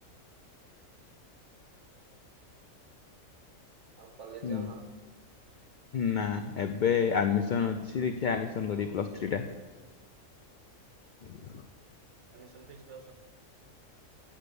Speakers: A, on the right; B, on the left.
A: ଆଉ କଲେଜ
B: ହୁଁ
A: ଯାଉନ?
B: ନା ଏବେ ଆଡମିସନ ଅଛି ଦେଖିବା ଆଡମି କରିବି ପ୍ଲସଥ୍ରୀ ଟା ହୁଁ।
A: ସନ୍ତଷ୍ ନ ସ